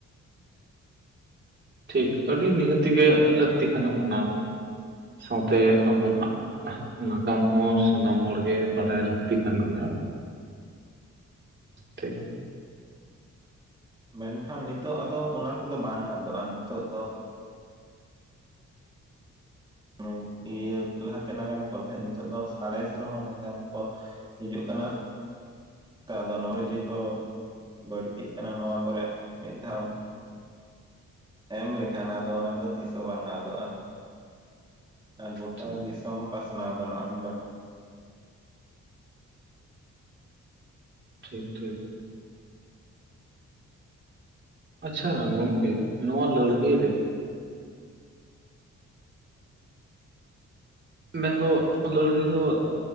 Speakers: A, on the right (about 40°); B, on the right (about 15°).
A: ᱴᱷᱤᱠ ᱟᱹᱰᱤ ᱱᱤᱦᱟᱹᱛᱤ ᱜᱮ ᱞᱟᱹᱠᱛᱤ ᱠᱟᱱᱟ ᱢᱟᱱᱟᱣ ᱦᱚᱸ ᱥᱟᱶᱛᱮ ᱟᱵᱚᱱᱟᱜ ᱱᱟᱜᱟᱢ ᱦᱚᱸ ᱥᱟᱱᱟᱢ ᱦᱚᱲᱜᱮ ᱵᱟᱰᱟᱭ ᱞᱟᱹᱠᱛᱤ ᱠᱟᱱ ᱜᱮᱭᱟ᱾ ᱴᱷᱤᱠ ᱾
B: ᱢᱮᱱᱠᱷᱟᱱ ᱱᱤᱛᱚᱜ ᱟᱫᱚ ᱚᱱᱟ ᱠᱚᱫᱚ ᱵᱟᱝ ᱟᱫᱚᱜ-ᱟ ᱱᱤᱛᱚᱜ ᱫᱚ <inaudible> ᱤᱭᱟᱹ ᱞᱟᱦᱟᱛᱮ ᱱᱟᱜᱟᱢ ᱠᱚ ᱚᱞ ᱛᱟᱦᱮᱸᱫ ᱱᱤᱛᱚᱜ ᱫᱚ ᱥᱟᱬᱮᱥ ᱨᱮᱦᱚᱸ ᱱᱟᱜᱟᱢ ᱠᱚ ᱦᱤᱡᱩᱜ ᱠᱟᱱᱟ ᱟᱫᱚ <inaudible> ᱠᱚ ᱵᱟᱹᱲᱛᱤᱜ ᱠᱟᱱᱟ ᱱᱚᱣᱟ ᱠᱚᱨᱮ ᱢᱤᱫ ᱫᱷᱟᱣ ᱮᱢ ᱞᱮᱠᱷᱟᱱ ᱟᱫᱚ ᱚᱱᱟ ᱫᱚ ᱛᱤᱥ ᱦᱚᱸ ᱵᱟᱝ ᱟᱫᱚᱜ-ᱟ ᱾ ᱟᱨ ᱜᱚᱴᱟ
A: ᱴᱷᱤᱠ
B: ᱫᱤᱥᱚᱢ ᱯᱟᱥᱱᱟᱣ ᱜᱟᱱᱚᱜ-ᱟ ᱱᱚᱰᱮ ᱠᱷᱚᱱ ᱾
A: ᱴᱷᱤᱠ ᱴᱷᱤᱠ ᱾ ᱟᱪᱪᱷᱟ ᱜᱚᱝᱠᱮ ᱱᱚᱣᱟ ᱞᱟᱹᱲᱦᱟᱹᱭ ᱨᱮ ᱢᱮᱱᱫᱚ ᱱᱚᱣᱟ ᱞᱟᱹᱲᱦᱟᱹᱭ ᱫᱚ